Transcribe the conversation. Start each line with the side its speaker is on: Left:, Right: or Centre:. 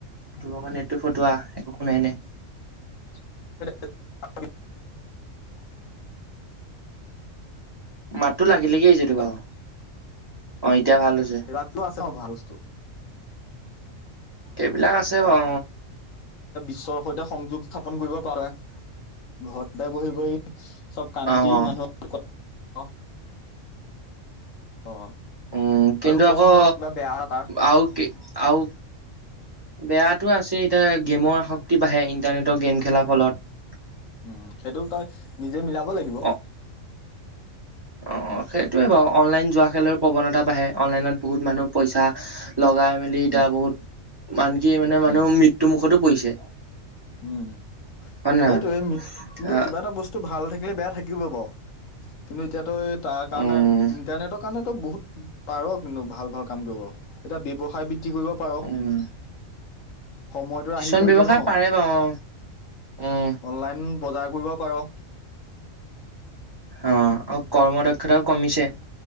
Right: তোৰ লগক এইটো ফটোৱা একো শুনাই নাই
Left: <unintelligible>
Right: মাততো লাগি লাগি
Left: সেইবিলাকতো
Right: তোৰ ভাগৰ অ এতিয়া ভাল
Left: <unintelligible>
Right: হৈছে। সেইবিলাক
Left: উম।
Right: আছে অ্
Left: ঈৰ সৈতে সংযোগ স্থাপন কৰিব পাৰে ঘৰতে বহি বহি চব কান্তি
Right: অ', অ',
Left: মানুহৰ লগত অ
Right: উম কিন্তু
Left: আৰু কচোন
Right: আকৌ
Left: বাৰু কিবা বেয়া তাৰ
Right: আ কি আও বেয়াাতটো আছে এতিয়া গেমৰ আসক্তি বাঢ়ে ইণ্টাৰনেটৰ গেম খেলাৰ ফলত
Left: উম সেইটো তই নিজে মিলাব লাগিব
Right: অ', অ সেইটোয়ে বাৰু অনলাইন যোৱা খেলৰ প্ৰৱণতা বাঢ়ে অনলাইনত বহুত মানুহ পইচা লগাই মেলি এতিয়া
Left: উম
Right: বহুত আনকি মানে মানুহৰ
Left: উম
Right: মৃত্যু মুখতো পৰিছে
Left: উম
Right: হয় নে
Left: সেইটোয়ে
Right: নহয়?
Left: কিন্তু
Right: আহ
Left: কিবা এটা বস্তু ভাল থাকিলে বেয়া থাকিব বাৰু কিন্তু এতিয়াাতো তাৰ কাৰণে
Right: উম,
Left: ইন্টাৰনেটৰ কাৰণে বহুত পাৰ কিন্তু ভাল ভাল কাম কৰিব এতিয়া ব্য্ৱসায় বিদ কি কৰিব পাৰ
Right: উম,
Left: সময়টো
Right: কিছুমান
Left: আহি কৰি
Right: ব্যৱসায়
Left: দে ন
Right: পাৰে বাৰু অ', উম,
Left: অনলাইন বজাৰ কৰিব পাৰ
Right: অ আৰু কৰ্ম দক্ষাতাও কমিছে